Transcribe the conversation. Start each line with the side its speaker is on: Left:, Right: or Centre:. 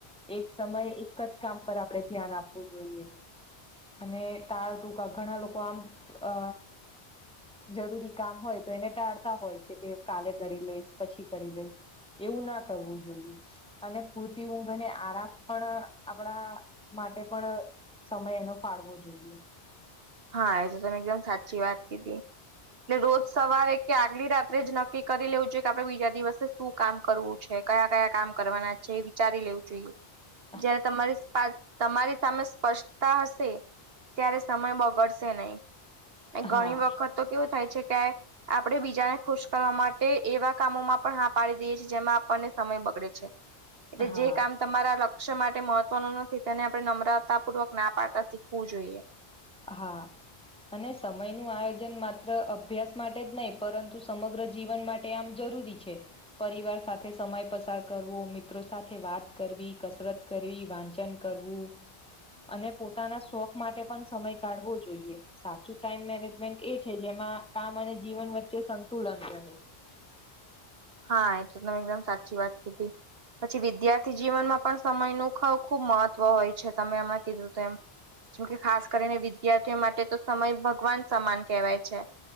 Centre: એક સમયે એક જ કામ પર આપડે ધ્યાન આપવુ જોઈએ. અને તાળ તુંકા ઘણા લોકો આમ અ જરૂરી કામ હોય તો એને ટાળતા હોય છે કે કાલે કરી લઈશ પછી કરી લઈશ. એવુ ના કરવું જોઈએ. અને પૂરતી ઊંઘ અને આરામ પણ આપણા માટે પણ સમય એનો ફાળવો જોઈએ.
Right: હા એ તો તમે એકદમ સાચી વાત કીધી. એટલે રોજ સવારે કે આગલી રાત્રે જ નક્કી કરી લેવુ જોઈએ કે આપડે બીજા દિવસે શુ કામ કરવુ છે કયા કયા કામ કરવાના છે એ વિચારી લેવુ જોઈએ.
Centre: હ
Right: જયારે તમારી તમારી સામે સ્પષ્ટતા હશે ત્યારે સમય બહ બગડશે નહી. ઘણી
Centre: હા
Right: વખત તો કેવુ થાય છે કે આપણે બીજાને ખુશ કરવા માટે એવા કામોમા પણ હા પાડી દઈએ છીએ જેમા આપણને સમય બગડે છે. એટલે
Centre: હા
Right: જે કામ તમારા લક્ષ્ય માટે મહત્વનુ નથી તેને આપણે નમ્રતા પૂર્વક ના પાડતા શીખવુ જોઈએ.
Centre: હા અને સમય નુ આયોજન માત્ર અભ્યાસ માટે જ નહી પરંતુ સમગ્ર જીવન માટ ટે આમ જરૂરી છે. પરિવાર સાથે સમય પસાર કરવો મિત્રો સાથે વાત કરવી કસરત વાંચન કરવુ અને પોતાના શોખ માટે પણ સમય કાઢવો જોઈએ સાચું ટાઈમ મેનેજમેન્ટ એ છે જેમાં કામ અને જીવન વચ્ચે સંતુલન રહે
Right: હા એ તો તમે એકદમ સાચી વાત કીધી પછી વિદ્યાર્થી જીવનમાં પણ સમયનું ખ ખુબ મહત્વ હોય છે તમે એમાં કીધું તો એમ
Centre: <unintelligible>
Right: જેકે ખાસ કરીને વિદ્યાર્થીઓ માટે તો સમય ભગવાન સમાન કહેવાય છે